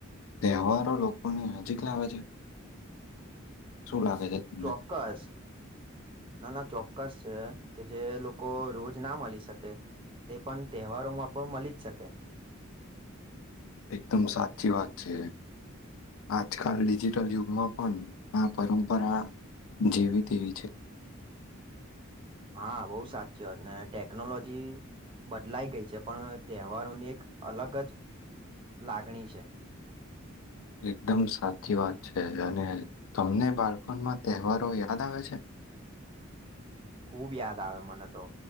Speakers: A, on the left; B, on the right.
A: તહેવારો લોકોની ચીકના આવે છે, શું લાગે છે તમને.
B: ચોક્કસ ના ના ચોક્કસ છે કે, જે લોકો રોજ ના મલી શકે તે પન તહેવારોમાં પ મલી જ શકે.
A: એકદમ સાચી વાત છે. આજકાલ ડિજિટલ યુગમાં પણ આ પરંપરા જેવી તેવી છે.
B: હા, બઉુ સાચી વાત ને ટેકનોલોજી બદલાઈ ગઈ છે, પણ તહેવારોની એક અલગ જ લાગણી છે.
A: એકદમ સાચી વાત છે, અને તમને બાળપણમાં તહેવારો યાદ આવે છે?
B: ખૂબ યાદ આવે મને તો.